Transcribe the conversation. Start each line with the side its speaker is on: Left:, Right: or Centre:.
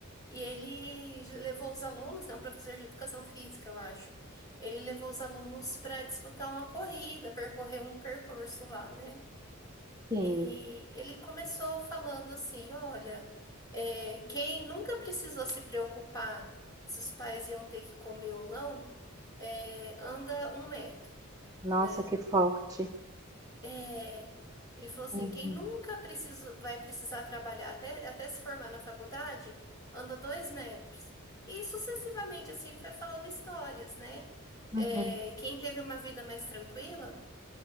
Left: e ele levou os alunos, né? Um professor de educação física, eu acho. Ele levou os alunos para disputar uma corrida, percorrer um percurso lá, né?
Right: Sim,
Left: E ele começou falando assim: olha, é, quem nunca precisou se preocupar se os pais iam ter que comer ou não, é, anda um metro,
Right: nossa,
Left: né?
Right: que forte.
Left: É, ele falou assim:
Right: Uhum,
Left: quem nunca precisou, vai precisar trabalhar até, até se formar na faculdade, anda dois metros. E sucessivamente, assim, ele foi falando histórias, né?
Right: uhum.
Left: É, quem teve uma vida mais tranquila,